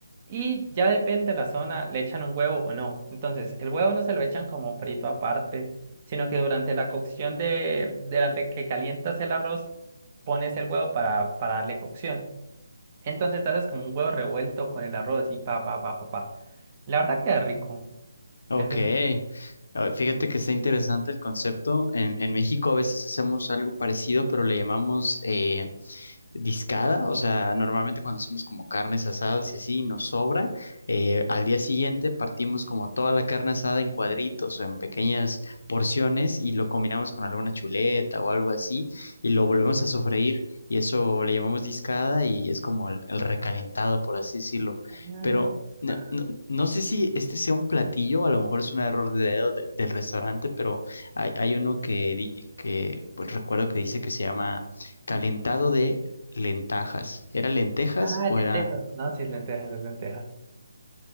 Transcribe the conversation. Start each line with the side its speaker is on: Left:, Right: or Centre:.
Right: Y ya depende de la zona, le echan un huevo o no. Entonces, el huevo no se lo echan como frito aparte sino que durante la cocción de, durante que calientas el arroz, pones el huevo para, para darle cocción. Entonces haces como un huevo revuelto con el arroz y pa, pa, pa, pa, pa. La verdad queda rico,
Left: Ok,
Right: es decente.
Left: Ah, fíjate que está interesante el concepto. En, en México a veces hacemos algo parecido, pero le llamamos eh, discada, o sea, normalmente cuando hacemos como carnes asadas y así nos sobra, eh, al día siguiente partimos como toda la carne asada en cuadritos o en pequeñas porciones y lo combinamos con alguna chuleta o algo así y lo volvemos a sofreír y eso le llamamos discada y es como el, el recalentado, por así decirlo.
Right: Ah,
Left: Pero no,
Right: pa-
Left: no- no sé si este sea un platillo, a lo mejor es un error de dedo de- del restaurante, pero hay, hay uno que, di- que pues, recuerdo que dice que se llama calentado de Lentajas. ¿Era lentejas
Right: ah,
Left: o
Right: lentejas.
Left: era...?
Right: No, sí, es lentejas, es lentejas.